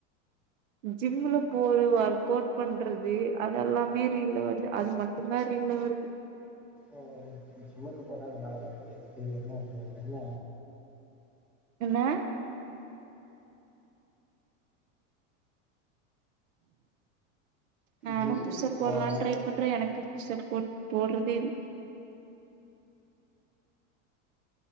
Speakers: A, on the right (about 85°); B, in the centre.
A: ஜிம்ல போற் ஒர்க் அவுட் பண்றது அதெல்லாமே ரீல்ல வருது அது மட்டுதா ரீல்ல வருது
B: ஓ ஜிம்முக்கு போறதுனால வருது இது என்ன இருக்கு என்ன
A: என்ன நானு
B: ஜிம்முக்கு
A: புஷ்அப்
B: போறே
A: போட்லான் ட்ரை பண்றே எனக்கு புஷ்அப் போ போட்றதே இல்